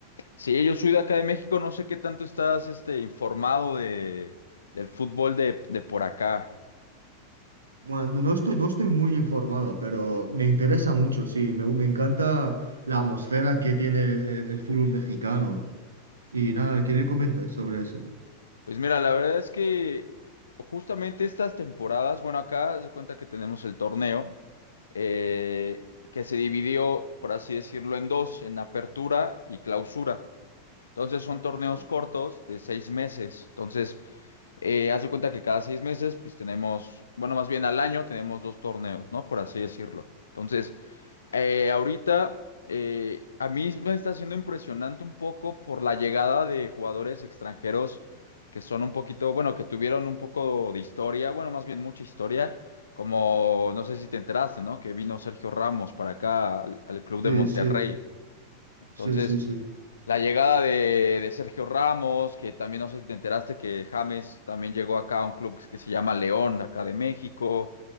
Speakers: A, on the left (about 70°); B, on the right (about 75°).
A: Sí, yo soy de acá de México, no sé qué tanto estás este, informado de, del fútbol de, de por acá.
B: Bueno, no estoy, no estoy muy informado, pero me interesa mucho, sí, me, me encanta la atmósfera que tiene el, el fútbol mexicano. Y nada, ¿qué me comentas sobre eso?
A: Pues mira, la verdad es que justamente estas temporadas, bueno, acá se cuenta que tenemos el torneo eh, que se dividió, por así decirlo, en dos, en apertura y clausura. Entonces son torneos
B: Ajá.
A: cortos de seis meses. Entonces, eh, haz de cuenta que cada seis meses, pues tenemos, bueno, más bien al año tenemos dos torneos, ¿no? Por así decirlo. Entonces... Eh, ahorita eh, a mí me está siendo impresionante un poco por la llegada de jugadores extranjeros que son un poquito, bueno, que tuvieron un poco de historia, bueno, más bien mucha historia, como no sé si te enteraste, ¿no? Que vino Sergio Ramos para acá al, al club de
B: Sí,
A: Monterrey.
B: sí,
A: Entonces,
B: sí, sí, sí.
A: la llegada de, de Sergio Ramos, que también no sé si te enteraste que James también llegó acá a un club que se llama León, acá de México.